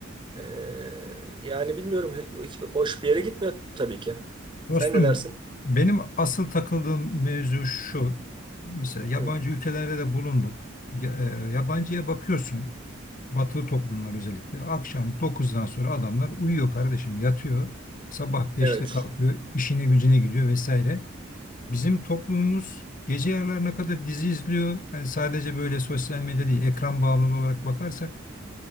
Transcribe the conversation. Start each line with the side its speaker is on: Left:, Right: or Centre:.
Right: E, yani bilmiyorum, hiç hoş bir yere gitmiyor tabii ki.
Left: Dostum
Right: Sen ne dersin?
Left: benim asıl takıldığım mevzu şu. Mesela yabancı
Right: Hı.
Left: ülkelerde de bulunduk. Ya- e, yabancıya bakıyorsun. Batılı toplumlar özellikle. Akşam dokuzdan sonra adamlar uyuyor kardeşim, yatıyor. Sabah beşte
Right: Evet,
Left: kalkıyor, işine gücüne gidiyor vesaire. Bizim toplumumuz gece yarılarına kadar dizi izliyor. Hani sadece böyle sosyal medya değil, ekran bağımlılığı olarak bakarsak